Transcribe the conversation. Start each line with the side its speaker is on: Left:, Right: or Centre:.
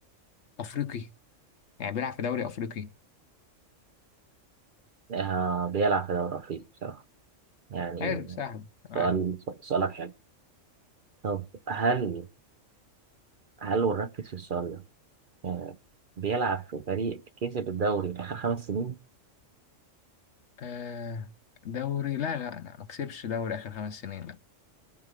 Left: أفريقي؟ يعني بيلعب في دوري أفريقي؟
Right: آه بيلعب في الدوري الافريقي بصراحه يعني
Left: حلو سهل آه.
Right: سؤال سؤالك حلو طب هل هل ونركز في السؤال ده يعني بيلعب في فريق كسب الدوري اخر خمس سنين
Left: آه دوري لا لا لا ما كسبش دوري آخر خمس سنين لا